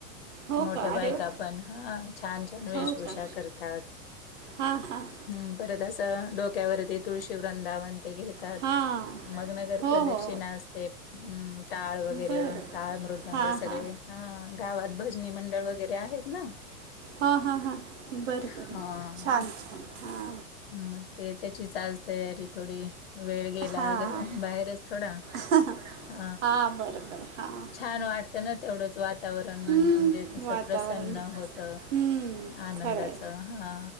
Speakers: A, on the right (about 50°); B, on the left (about 40°).
A: हो
B: मोठ्या
A: का
B: बायका
A: अरे वा
B: पण हा छान वेशभूषा
A: हो का
B: करतात.
A: हां हां
B: हम्म परत असं डोक्यावरती तुळशी वृंदावन ते घेत- ात
A: हां
B: मग नगर
A: हो
B: प्रदक्षिणा
A: हो
B: अस ते टाळ वगैरे
A: बरं
B: टाळ मृदंग
A: हां
B: सगळे
A: हां
B: अ गावात भजनी मंडळ वगैरे- ते आहेत ना.
A: हा, हा, हा, बर
B: हां,
A: छान हा.
B: मग ते त्याचीच आज तयारी थोडी वेळ गेलार
A: हां
B: बाहेरच थोडा.
A: <unintelligible>
B: हा
A: हां बरं बरं हां
B: छान वाटतं ना तेवढच वातावरण
A: हम्म,
B: म्हणजे- असं
A: वातावरण
B: प्रसन्न होत
A: हम्म,
B: आनंदाच
A: खरं आहे
B: हा.